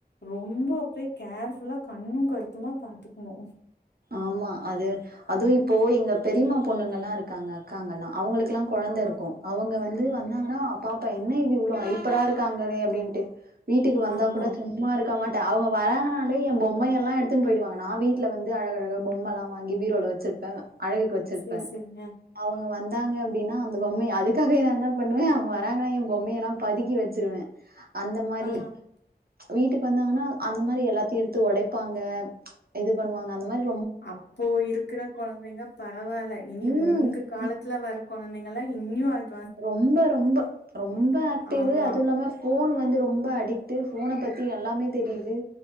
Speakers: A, on the left (about 80°); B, on the right (about 65°).
A: ரொம்போ அப்டியே கேர்ஃபுல்லா கண்ணு கருத்துமா பாத்துக்கணு
B: ஆமா அது அதுவு இப்போ எங்க பெரிமா பொண்ணுங்கள்லா இருக்காங்க அக்காங்கல்லா அவங்களுகல்லா கொழந்த
A: ஆ
B: இருக்கு அவுங்க வந்து வந்தாங்கன்னா பாப்பா என்ன இது இவ்ளோ ஐப்பரா இருக்காங்களே அப்டின்ட்டு வீட்டுக்கு வந்தா
A: ஆமா
B: கூட சும்மா இருக்க மாட் ட்ட அவங்க வராங்கனாலே என் பொம்மை எல்லா எடுத்துன் போயிடுவாங்க நா வீட்ல வந் இது அழக அழகா பொம்மல்லா வாங்கி பீரோல வச்சிருப்பே அழகுக்கு வச்சிருப்பே
A: சேரி சேரிங்க
B: அவங்க அப் வந்தாங்க அப்டின்னா அந்த பொம்மய அதுக்காகவே நா என்ன பண்ணுவே அவங்க வராங்கனா என் பொம்மயெல்லா பதுக்கி வெச்சிருவே அந்த மாரி
A: ஆ
B: வீட்டுக் வந்தாங்கன்னா அந்த மாரி எல்லாத்தயு எடுத்து ஒடைப்பாங்க இது பண்ணுவாங் அந்த மாரி
A: அப்போ இருக்குற கொழந்தைங்கப் ரவால்ல இனி
B: ம்.
A: உங்க காலத்துல
B: இப்
A: வர கொழந்தைங்கள்லா இன்னியு அட்
B: ரொம்ப ரொம்ப ரொம்ப ஆக்டிவு
A: ஆமா
B: அதுவு இல்லாம ஃபோன் வந்து ரொம்ப அடிக் ட்டு ஃபோன பத்தி எல்லாமே தெரியுது